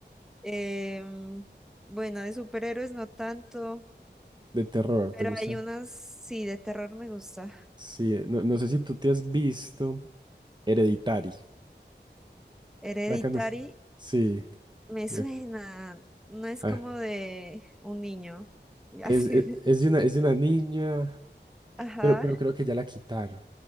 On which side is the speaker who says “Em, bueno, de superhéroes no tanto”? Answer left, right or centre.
Centre